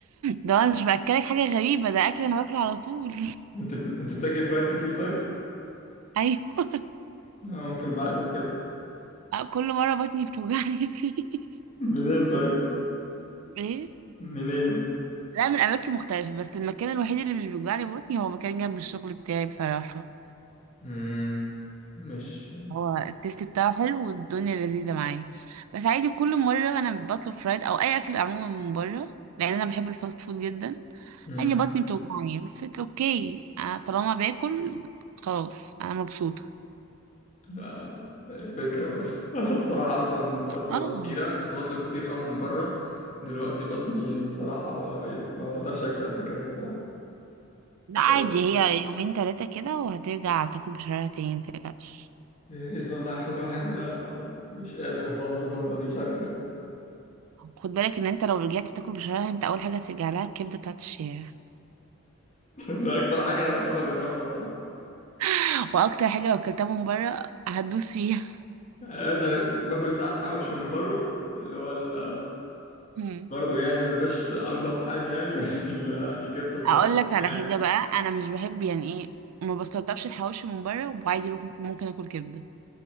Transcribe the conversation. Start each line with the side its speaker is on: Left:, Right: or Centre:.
Right: ده انا مش باكلك حاجه غريبه ده اكل انا باكله على طول
Left: أنت بت- أنت بتاكلي فرايد كتير طيب؟
Right: <laughs> ايوه
Left: لا ممكن بعد كده
Right: كل مره بطني بتوجعني فيه
Left: منين طيب؟
Right: <laughs> ايه
Left: منين؟
Right: لا من اماكن مختلفه بس المكان الوحيد اللي مش بيوجعني بطني هو مكان جنب الشغل بتاعي بصراحه
Left: أمم. مش
Right: هو التيست بتاعه حلو والدنيا لذيذه معايا بس عادي كل مره انا بطلب فرايد او اي اكل عموما من بره لان انا بحب الفاست فود جدا
Left: مم.
Right: عادي بطني بتوجعني بس اتس اوكي انا طالما باكل خلاص انا مبسوطه
Left: ده فكرة برضه <laughs> الصراحة أصلا الفترة
Right: اه
Left: الأخيرة كنت بطلب كتير قوي من بره دلوقتي بطني الصراحة بقى بقيت ما بقدرش أكل قد كده الصراحة
Right: لا عادي
Left: والله.
Right: هي يومين ثلاثة كده وهترجع تاكل بشرايها تاني متقلقش
Left: يا ريت والله عشان الواحد ده مش قادر خالص الفترة دي مش عارف ليه <laughs>
Right: خد بالك ان انت لو رجعت تاكل بشرايها انت اول حاجة هترجع لها الكبدة بتاعت الشارع
Left: ده أكتر حاجة أنا بخاف أجربها الصراحة
Right: <laughs> واكتر حاجة لو اكلتها من بره هتدوس فيها
Left: يعني مثلا باكل ساعات حواوشي من بره اللي هو ال-
Right: <laughs> مم.
Left: برضه يعني ما بيبقاش أنضف حاجة يعني <laughs> بس ال- الكبدة الصراحة
Right: اقول لك على
Left: يعني
Right: حاجة بقى انا مش بحب يعني ايه ما بستلطفش الحواوشي من بره وعادي ممكن ممكن اكل كبدة